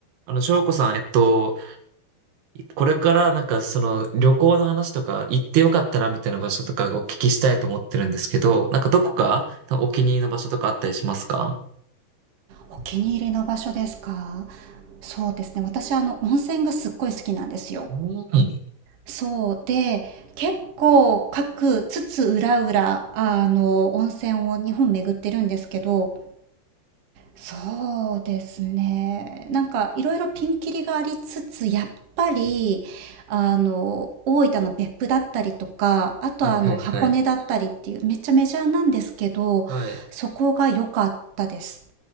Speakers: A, on the right (about 75°); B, on the right (about 45°).
A: あの、翔子さん、えっと、これからなんかその旅行の話とか行ってよかったなみたいな場所とかお聞きしたいと思ってるんですけど、なんかどこかお気に入りの場所とかあったりしますか
B: お気に入りの場所ですかそうですね。私、あの、温泉がすっごい好きなんですよ。
A: うん。
B: そうで、結構各つつ裏裏、あの、温泉を日本巡ってるんですけど、そうですね。なんか、いろいろピンキリがありつつ、やっぱり、あの、大分の別府だったりとか、あとはあの、
A: はいはいはい。
B: 箱根だったりっていう、めっちゃメジャーなんですけど、
A: はい。
B: そこが良かったです。